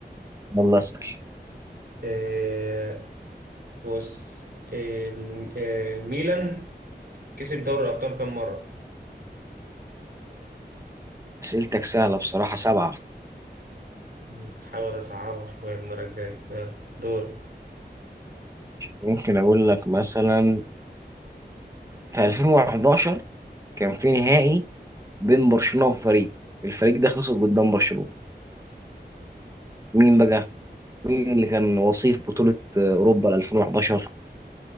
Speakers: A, on the right; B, on the right.
A: والله اسأل
B: إيه بص إيه الم- إيه، الميلان كسب دوري الأبطال كام مرة؟
A: اسئلتك سهلة بصراحة سبعة
B: مم، حاول أصعبها شوية المرة الجاية يلا دور
A: ممكن اقول لك مثلا في 2011 كان في نهائي بين برشلونة وفريق الفريق ده خسر قدام برشلونة مين بقى مين اللي كان وصيف بطولة أوروبا 2011